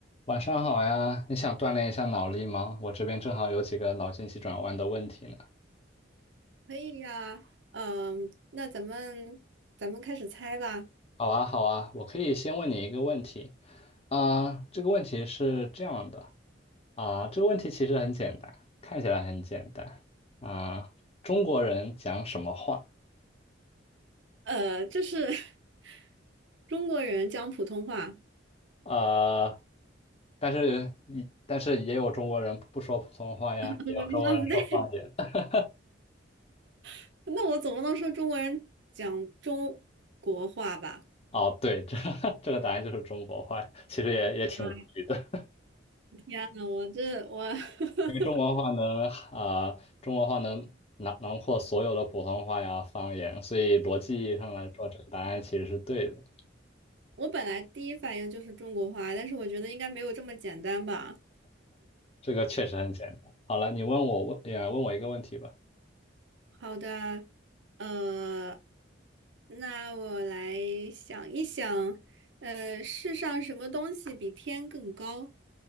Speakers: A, on the left; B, on the right.
A: 晚上好呀，你想锻炼一下脑力吗？我这边正好有几个脑筋急转弯的问题呢。
B: 可以呀，嗯，那咱们咱们开始猜吧。
A: 好啊，好啊，我可以先问你一个问题啊，这个问题是这样的啊，这个问题其实很简单，看起来很简单啊，中国人讲什么话？
B: 呃，就是 <laughs> 中国人讲普通话，
A: 呃，但是一但是也有中国人不说普通话呀，
B: 不对啊不对，
A: 也有中国人说方言。<laughs>
B: <laughs> 那我总不能说中国人讲中国话吧？
A: 哦，对，这 <laughs> 这个答案就是中国话，其实也也挺无语的。
B: 啊，天呐，我这我 <laughs>
A: 因为中国话能啊、呃中国话能囊囊括所有的普通话呀方言，所以逻辑意义上来说，这个答案其实是对的。
B: 我本来第一反应就是中国话，但是我觉得应该没有这么简单吧。
A: 这个确实很简单。好了，你问我问，也问我一个问题吧。
B: 好的，呃，那我来想一想，呃，世上什么东西比天更高？